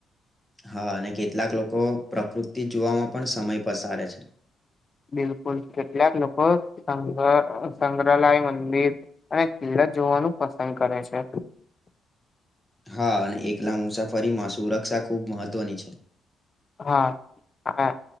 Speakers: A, in the centre; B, on the left.
A: હા અને કેટલાક લોકો પ્રકૃતિ જોવામાં પણ સમય પસારે છે
B: બિલકુલ કેટલાક લોકો સંગ સંગ્રહાલય મંદિર અને કિલ્લાત જોવાનું પસંદ કરે છે
A: હા અને એકલા મુસાફરીમાં સુરક્ષા ખુબ મહત્વની છે
B: હા